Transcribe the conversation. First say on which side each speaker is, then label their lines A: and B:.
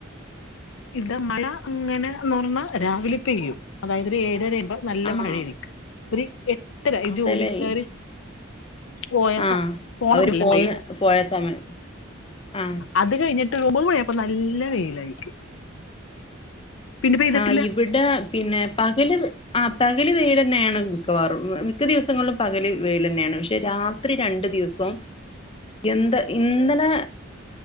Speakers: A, on the left; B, on the left.
A: ഇത് മഴ അങ്ങനെന്ന് പറഞ്ഞാ രാവിലെ പെയ്യും അതായത് ഒരു ഏഴര നല്ല
B: ആഹ്
A: മഴയായിരിക്കും ഒരു എട്ടര
B: അതല്ലേ
A: ജോലിക്കാാര് പോയാസ
B: ആഹ്
A: പോണം
B: അവര്
A: നല്ല
B: പോന്ന്
A: ഹ ഹ മഴയും
B: പോയ സമയം ആഹ്
A: അത് കഴിഞ്ഞിട്ട് ഒമ്പത്‌ മണിയായപ്പ നല്ല വെയിലായിരിക്കും പിന്നെ പെയ്തിട്ടില്ല
B: ആ ഇവിടെ പിന്നെ പകല് ആ പകല് വെയ്ല് തന്നെയാണ് മിക്കവാറും മിക്ക ദിവസങ്ങളിലും പകല് വെയിൽ തന്നെയാണ് പക്ഷെ രാത്രി രണ്ട് ദിവസം എന്താ ഇന്നലെ